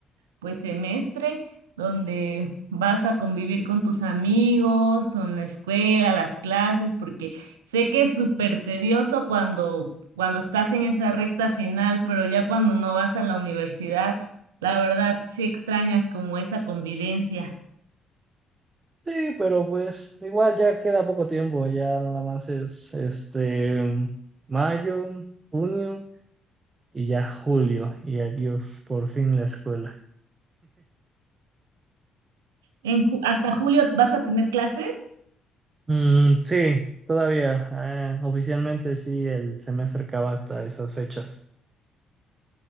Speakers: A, on the right; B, on the right.
A: pues semestre donde vas a convivir con tus amigos, con la escuela, las clases, porque sé que es súper tedioso cuando, cuando estás en esa recta final, pero ya cuando no vas a la universidad, la verdad sí extrañas como esa convivencia.
B: Sí, pero pues igual ya queda poco tiempo, ya nada más es este mayo, junio y ya julio. Y adiós, por fin la escuela.
A: En, ju- ¿hasta julio vas a tener clases?
B: Mm, sí, todavía. eh, oficialmente sí, el semestre acaba hasta esas fechas.